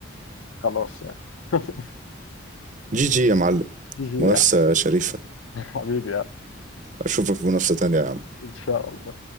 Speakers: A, on the left (about 85°); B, on the right (about 40°).
A: فخلاص يعني <laughs>
B: جي جي يا معلم
A: جي جي
B: منافسه
A: يعني
B: شريفه
A: حبيبي يعني
B: اشوفك في منافسه تانيه يا عم
A: ان شاء الله